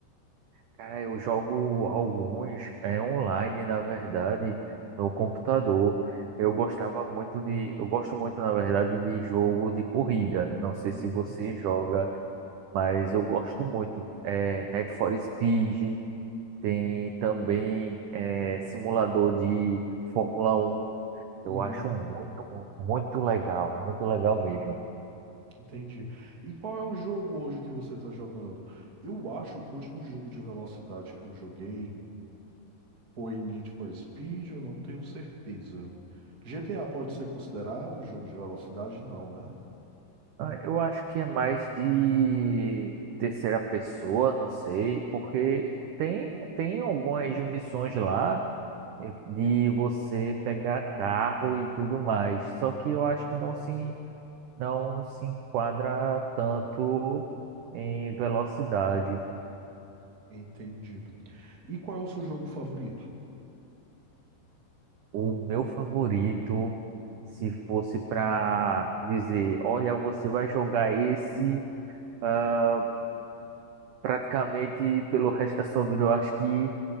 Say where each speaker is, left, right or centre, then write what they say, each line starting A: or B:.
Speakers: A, on the right (about 70°); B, on the right (about 30°).
A: Cara, eu jogo alguns é, online, na verdade,
B: Uhum.
A: no computador. Eu gostava muito de, eu gosto muito, na verdade, de jogo de corrida. Não sei
B: Uhum.
A: se você joga, mas eu gosto muito. É, Need for Speed, tem também é, simulador de Fórmula um Eu
B: Uhum.
A: acho muito, muito legal, muito legal mesmo.
B: Entendi. E qual é o jogo hoje que você está jogando? Eu acho que o último jogo de velocidade que eu joguei foi Need for Speed, eu não tenho certeza. GTA pode ser considerado jogo de velocidade? Não, né?
A: Ah, Eu acho que é mais de terceira pessoa, não sei, porque tem, tem algumas missões lá eh, de você pegar carro e tudo mais. Só que
B: Uhum.
A: eu acho que não se, não se enquadra tanto em velocidade.
B: Entendido. E qual é o seu jogo favorito?
A: O meu favorito, se fosse para dizer, olha, você vai jogar esse ah, praticamente pelo resto da sua vida, eu acho que.